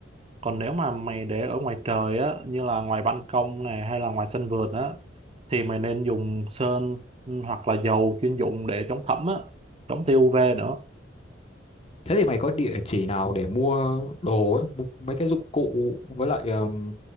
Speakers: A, on the right (about 30°); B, on the left (about 30°).
A: còn nếu mà mày để ở ngoài trời á, như là ngoài ban công này hay là ngoài sân vườn á, thì mày nên dùng sơn hoặc là dầu chuyên dụng để chống thấm á, chống tia UV nữa
B: thế thì mày có địa chỉ nào để mua đồ ấy mua mấy cái dụng cụ với lại ừm,